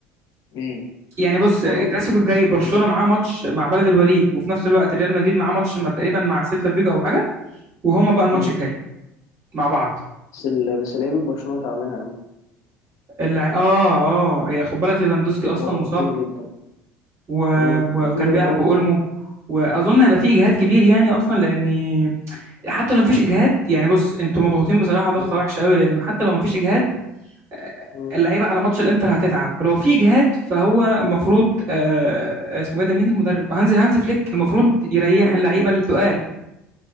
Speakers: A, on the left; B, on the right.
A: امم
B: يعني بص
A: قريب
B: الكلاسيكو
A: يعني
B: الجاي
A: في
B: برشلونه
A: القريب
B: معاه ماتش مع بلد الوليد وفي نفس الوقت ريال مدريد معاه ماتش مع- تقريبا مع سيلتا فيجو او حاجه وهما بقى الماتش
A: مم.
B: الجاي مع بعض
A: بس ال... بس لعيبه برشلونه تعبانه قوي
B: اللي... اه اه يا خد بالك ليفاندوسكي اصلا
A: مرهقين
B: مصاب
A: جدا
B: و...
A: مم.
B: وكان
A: وفي
B: بيلعب
A: ارهاق
B: بأولمو واظن هيبقى في اجهاد كبير يعني اصلا لان حتى لو مفيش اجهاد يعني بص انتوا مضغوطين بصراحه ضغطه
A: مم.
B: وحشه قوي لانه حتى لو مفيش اجهاد آه،
A: مم.
B: اللعيبه على ماتش الانتر هتتعب ولو في اجهاد فهو المفروض آه، آه، اسمه ايه ده مين المدرب هانز هانز فليك المفروض يريح
A: هانز
B: اللعيبه
A: فليك
B: التقال